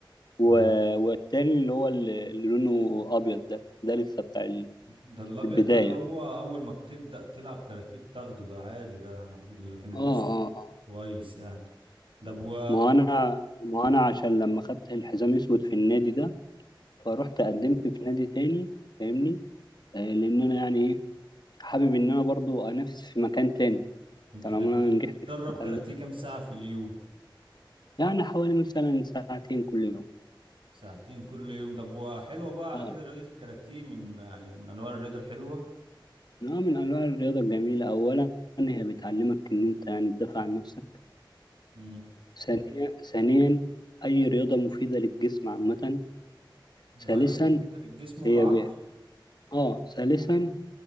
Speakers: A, on the left; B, on the right.
A: و...
B: مم.
A: والتاني اللي هو اللي اللي لونه ابيض ده ده لسه بتاع
B: ده الابيض
A: البداية
B: ده اللي هو اول ما بتبدأ تلعب كاراتيه بتاخده ده عادي ده انا بقول- لكن
A: اه
B: الاسود
A: اه آه.
B: كويس يعني ده بو
A: ما هو انا ما هو انا عشان لما خدت الحزام اسود في النادي ده فروحت قدمت في نادي تاني فاهمني آه، لان انا يعني ايه حابب ان انا برضو انافس في مكان تاني
B: كنت
A: طالما
B: بتدرب
A: انا نجحت في المكان
B: كاراتيه
A: ده
B: كام ساعة في اليوم
A: يعني حوالي مثلا ساعتين كل يوم
B: ساعتين كل يوم ده بوا حلوة بقى على
A: اه
B: كده رياضة الكاراتيه من يعني من أنواع الرياضة الحلوة
A: نوع من انواع الرياضه الجميله اولا هي بتعلمك ان انت يعني تدافع عن نفسك
B: مم.
A: ثانيا ثانيا اي رياضه مفيده للجسم عامه
B: أيوة
A: ثالثا
B: مفيدة للجسم والعقل
A: هي ب... اه ثالثا